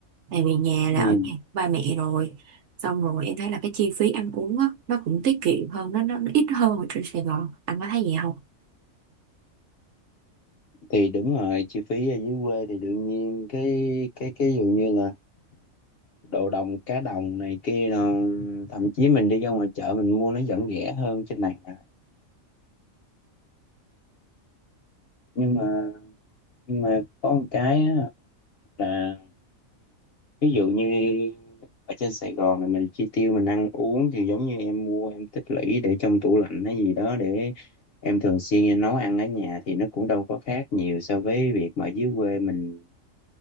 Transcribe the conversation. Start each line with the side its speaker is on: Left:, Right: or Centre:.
Right: tại vì nhà là
Left: Ừ,
Right: ở nhà ba mẹ rồi xong rồi em thấy là cái chi phí ăn uống á, nó cũng tiết kiệm hơn nó nó nó ít hơn ở trên Sài Gòn anh có thấy vậy không
Left: thì đúng rồi chi phí ở dưới quê thì đương nhiên cái cái cái dụ như là đồ đồng cá đồng này kia nó thậm chí mình đi ra ngoài chợ mình mua nó vẫn rẻ hơn trên này mà. nhưng mà nhưng mà có một cái á là ví dụ như ở trên Sài Gòn này mình chi tiêu mình ăn uống thì giống như em mua em tích lũy để trong tủ lạnh hay gì đó để em thường xuyên em nấu ăn ở nhà thì nó cũng đâu có khác nhiều so với việc mà ở dưới quê mình